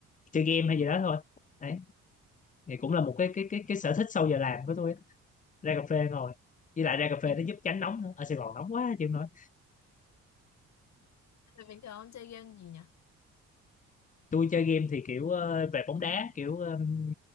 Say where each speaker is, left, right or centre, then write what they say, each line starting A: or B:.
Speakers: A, on the left; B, on the left.
A: chơi game hay gì đó thôi đấy thì cũng là một cái cái cái cái sở thích sau giờ làm của tôi á. ra cà phê ngồi với lại ra cà phê
B: Bình,
A: nó giúp tránh nóng nữa ở Sài Gòn nóng quá chịu không nổi
B: bình thường ông chơi game gì nhỉ?
A: tôi chơi game thì kiểu ờ, về bóng đá kiểu ừm,